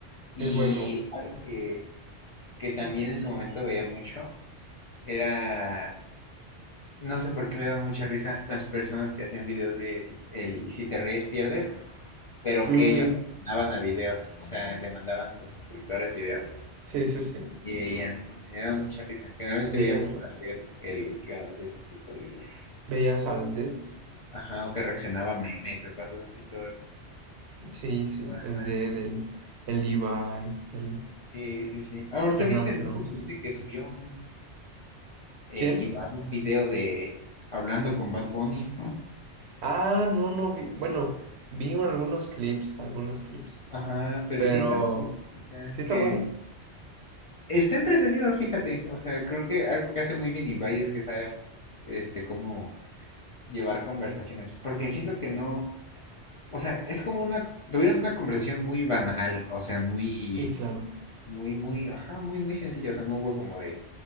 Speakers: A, on the left; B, on the right.
A: Y
B: Es bueno.
A: algo que, que también en su momento veía mucho era, no sé por qué me dan mucha risa las personas que hacían videos de si, el si te ríes pierdes, pero
B: Mm,
A: que ellos mandaban a videos, o sea, le mandaban a sus suscriptores videos
B: sí, sí, sí.
A: y veían, me daban mucha risa. Generalmente
B: Veías,
A: veía mucho al ver el que cuando hacía ese tipo de videos.
B: veías al Dead.
A: Ajá, o que reaccionaba a memes o cosas así todas.
B: Sí, sí,
A: todas
B: el
A: rancias.
B: Dead, el, el Levi, el
A: Sí, sí, sí. Ah, ahorita
B: Fernanfloo.
A: viste, no sé si viste que subió un eh,
B: ¿Quién?
A: Iván un video de hablando con Bad Bunny.
B: Ah, no, no vi. Bueno, vi algunos clips, algunos clips.
A: Ajá, pero
B: Pero,
A: sí está muy bien, O sea,
B: ¿sí está
A: que
B: bueno?
A: está entretenido, fíjate. O sea, creo que algo que hace muy bien Ibai es que sabe este cómo llevar conversaciones. Porque siento que no. O sea, es como una. Tuvieron una conversación muy banal. O sea, muy
B: Sí, claro.
A: Muy, muy, ajá, muy, muy sencillo. O sea, no hubo como de,